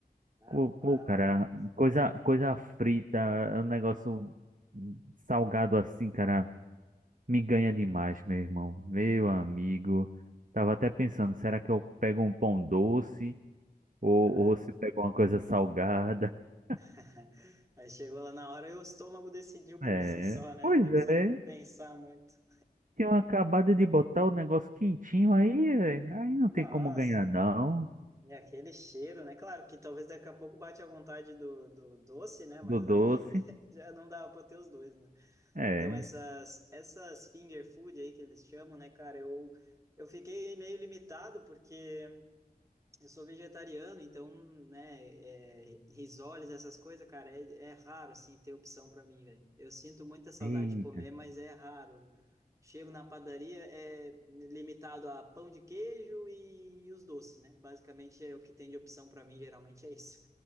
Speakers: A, on the right; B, on the right.
A: rapaz.
B: Co- Pô, cara, coisa, coisa frita, é um negócio salgado assim, cara. me ganha demais, meu irmão. Meu amigo. Tava até pensando, será que eu pego um pão doce ou,
A: Aham.
B: ou se pego uma coisa salgada? <laughs>
A: <laughs> Aí chegou lá na hora e o estômago decidiu por
B: É,
A: si só, né?
B: pois
A: Nem precisa
B: é.
A: pensar muito.
B: Tinham acabado de botar o negócio quentinho aí, é, aí não
A: Nossa,
B: tem como ganhar, não.
A: e aquele cheiro, né? Claro que talvez daqui a pouco bate a vontade do, do doce, né? Mas
B: Do doce.
A: aí <laughs> já não dava para ter os dois, né?
B: É.
A: Então essas, essas finger food aí que eles chamam, né, cara? Eu, eu fiquei meio limitado porque Eu sou vegetariano, então, né, é, risoles, essas coisas, cara, é, é raro, assim, ter opção para mim, velho. Eu sinto muita saudade
B: Eita,
A: de comer, mas é raro. Chego na padaria, é limitado a pão de queijo e os doces, né? Basicamente é o que tem de opção para mim, geralmente é isso.